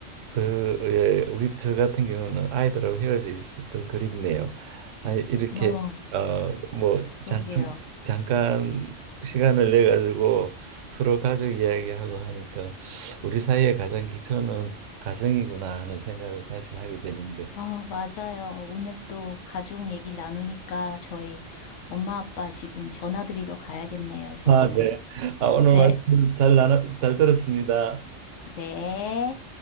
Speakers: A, on the right; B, on the left.
A: 더 예, 우리 저 같은 경우는 아이들하고 헤어져 있어 더 그립네요. 아니 이렇게
B: 너,
A: 어 뭐
B: 그러게요.
A: 잠깐 잠깐 시간을 내 가지고 서로 가족 이야기하고 하니까 우리 사이의 가장 기초는 가정이구나 하는 생각을 다시 하게 되는데.
B: 어, 맞아요. 오늘 또 가족 얘기를 나누니까 저희 엄마 아빠 지금 전화 드리러 가야겠네요, 저도.
A: 아, 네. 아, 오늘
B: 네,
A: 말씀 잘 나눠, 잘 들었습니다.
B: 네.